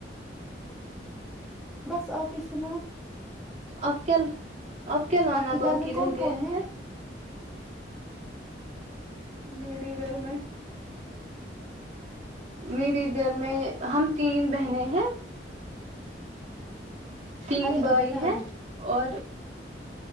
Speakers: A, in the centre; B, on the right (about 40°).
A: بس آپ ہی سناؤ
B: اب کل اب کیا لانا
A: آپ کے
B: باقی
A: گھر میں
B: رہ
A: کون
B: گیا
A: کون
B: ہے میرے گھر میں میرے گھر میں ہم تین بہنیں ہیں تین
A: ارے
B: بھائی
A: ابھی نا
B: ہے
A: ابھی
B: اور